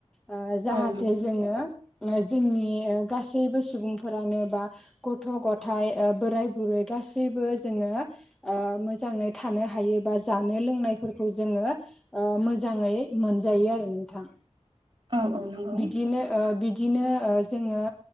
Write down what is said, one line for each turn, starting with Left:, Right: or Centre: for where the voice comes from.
Centre: ओ जाहाथे
Right: औ नंगौ
Centre: जोंङो जोंनि गासैबो सुबुंफोरानो बा गथ' गथाइ ओ बोराय बुरै गासैबो जोंङो ओ मोजांङै थानो हायो बा जानो लोंनायफोरखौ जोंङो ओ मोजाङै मोनजायो आरो नोंथां
Right: औ औ नंगौ
Centre: बिदिनो ओ बिद दिनो ओ जोङो